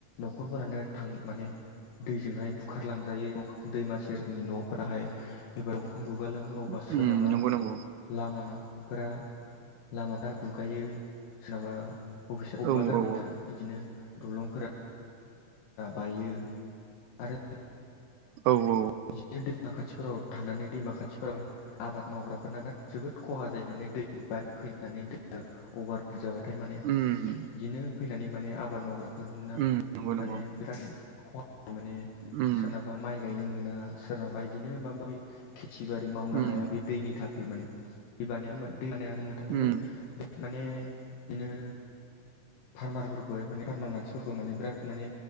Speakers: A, on the left; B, on the right.
A: न'खरफोरानो थां माने दैजोंहाय बुखारलांजायो दैमा सेरनि न'फोराहाय एबा दंफां गुगालाङो अब्लाा
B: उम
A: सोरनाबा
B: नंगौ नंगौ
A: लामाफोरा लामाफ्रा गुगायो सोरनाबा अ' बबेबा
B: औ
A: गामिना
B: औ
A: बिदिनो दलंफोरा बायो। आरो
B: औ औ
A: बिदिनो दैमा खाथिफोराव थानानै दैमा खाथिफोराव। आबाद मावग्राफोरना जोबोद खहा जायो माने दै बाना फैनानै दै अभार बुरजाबाथाय माने
B: उम
A: बिदिनो फैनानै माने आबाद मावग्राफोरना
B: उम नंगौ नंगौ
A: माने बिराद खहा माने
B: उम
A: सोरनाबा माइ गायनो मोना सोरनाबा बिदिनो माब-माबि। खेथि बारि मावनो
B: उम
A: हाया बे दैनि थाखाय माने दैबानाया <unintelligible> थ'
B: उम
A: माने माने बिदिनो फार्मारफोरखौहाय माने फार्मार मानसिफोरखौ माने बिराद माने